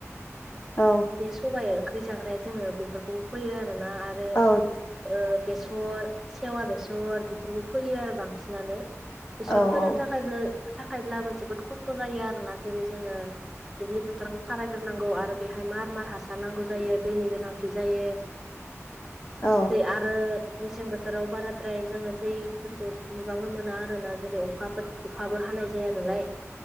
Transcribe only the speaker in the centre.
बे सबाइ ओंख्रि जाग्राया जोङो बेफोरखौबो फैयो आरो ना आरो
ओ बेस र सेवा बेसर बेफोरखौ फैयो आरो बांसिनानो। बेसर
फोनो
थाखायबो थाखायब्लाबो जोबोद खस्थ' जायो आरोना जेरै जोङो दुब्लि फोथारखौ खारायग्रोनांगौ आरो बेहाय मार मार हासार नांगौ जायो दैनि गोनांथि जायो।
दै आरो मसें बो थोराव बाराद्राय जोङो दैफोरखौ नुबांनो मोना आरोना जेरै अखा अखाबो हानाय जायाना लाय